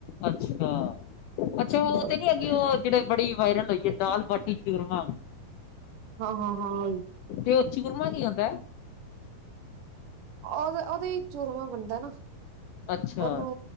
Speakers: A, on the left; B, on the right.
A: ਅੱਛਾ ਅੱਛਾ ਉਹ
B: ਹਾਂ
A: ਤੇ ਨੀ ਹੈਗੀ ਜਿਹੜੇ ਬੜੀ ਵਾਇਰਲ ਹੋਈ ਹੈ ਦਾਲ ਬਾਟੀ ਚੂਰਮਾ
B: ਹਾਂ ਹਾਂ ਹਾਂ
A: ਤੇ ਉਹ ਚੂਰਮਾ ਆਉਂਦਾ।
B: ਉਹ ਉਹਦੇ ਹੀ ਚੂਰਮਾ ਬਣਦਾ ਨਾ
A: ਅੱਛਾ
B: ਉਹਨੂੰ